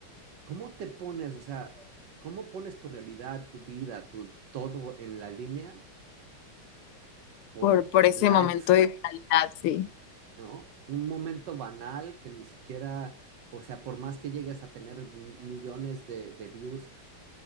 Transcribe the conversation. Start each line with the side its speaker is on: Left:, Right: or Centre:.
Right: ¿cómo te pones, o sea, cómo pones tu realidad, tu vida, tu todo en la línea por
Left: Por, por ese
Right: likes,
Left: momento
Right: güey,
Left: de viralidad, sí.
Right: ¿no? Un momento banal que ni siquiera, o sea, por más que llegues a tener m- millones de, de views,